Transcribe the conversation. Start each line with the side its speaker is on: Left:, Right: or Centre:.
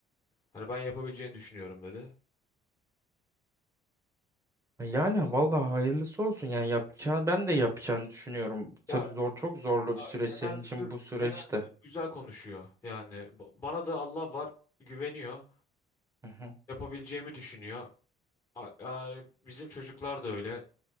Left: Hani ben yapabileceğini düşünüyorum dedi.
Right: Yani vallahi hayırlısı olsun yani yapacağını ben de yapacağını düşünüyorum. Tabii
Left: Ya
Right: zor çok zorlu
Left: Ya
Right: bir süreç
Left: genel
Right: senin için
Left: müdür
Right: bu süreçte.
Left: genel müdür güzel konuşuyor. Yani ba- bana da Allah var güveniyor.
Right: Hı hı.
Left: Yapabileceğimi düşünüyor. A- Yani bizim çocuklar da öyle.